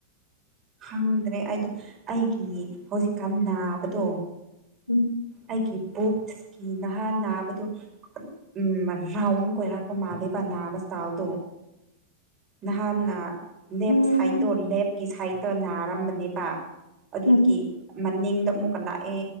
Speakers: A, on the right; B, on the left.
A: ꯍꯪꯗ꯭ꯔꯦ ꯑꯩꯗꯣ ꯑꯩꯒꯤ ꯍꯧꯖꯤꯛꯀꯥꯟ ꯅꯥꯕꯗꯣ
B: ꯎꯝ
A: ꯑꯩꯒꯤ ꯄꯨꯛ ꯅꯍꯥꯥꯜ ꯅꯥꯕꯗꯨ ꯎꯝ ꯔꯥꯎꯟ ꯀꯣꯏꯔꯛꯄ ꯃꯥꯜꯂꯦꯕ ꯅꯥꯕ ꯑꯁꯇꯥꯏꯜꯗꯣ ꯅꯍꯥꯟꯅ ꯂꯦꯞ
B: ꯎꯝ
A: ꯁꯥꯏꯠꯇꯣ ꯂꯦꯞꯀꯤ ꯁꯥꯏꯠꯇꯣ ꯅꯥꯔꯝꯕꯅꯦꯕ ꯑꯗꯨꯒꯤ
B: ꯎꯝ
A: ꯃꯅꯤꯡꯗ ꯑꯃꯨꯛꯀ ꯂꯥꯛꯑꯦ